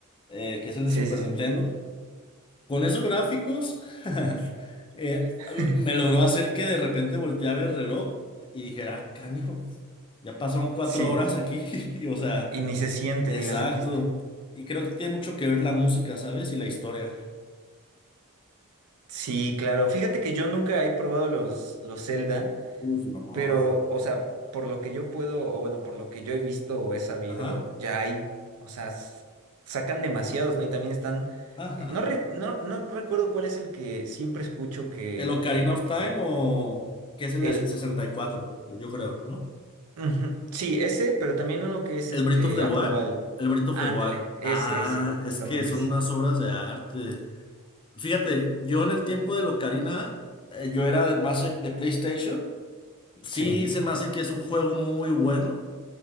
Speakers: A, on the left (about 20°); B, on the right (about 75°).
A: eh, que es el
B: Sí,
A: de Super
B: sí, sí.
A: Nintendo. Con esos gráficos, <laughs> eh,
B: <laughs>
A: me logró hacer que de repente volteaba el reloj y dijera, ah, canijo, ya pasaron cuatro
B: Sí,
A: horas aquí. <laughs> O sea,
B: y ni se siente,
A: exacto.
B: ni la sentiste.
A: Y creo que tiene mucho que ver la música, ¿sabes? Y la historia.
B: Sí, claro. Fíjate que yo nunca he probado los, los Zelda,
A: Uf, no.
B: pero,
A: ah.
B: o sea, por lo que yo puedo, o bueno, por lo que yo he visto o he sabido,
A: Ajá,
B: ya hay, o sea, s- sacan demasiados, ¿no? Y también están,
A: ajá.
B: eh, no, re- no, no recuerdo cuál es el que siempre escucho que,
A: El Ocarina
B: que,
A: of
B: que
A: Time o... que es el
B: el,
A: de sesenta y cuatro Yo creo, ¿no?
B: Ujú. Sí, ese, pero también uno que es
A: El
B: este
A: Breath of the
B: actual.
A: Wild. El Breath of
B: Ándale,
A: the Wild.
B: ese,
A: Ah,
B: ese, justamente
A: es que son
B: ese.
A: unas obras de arte. Fíjate, yo en el tiempo de Locarina, eh, yo era de más eh, de PlayStation. Sí,
B: Sí,
A: se me hace que es un juego muy bueno,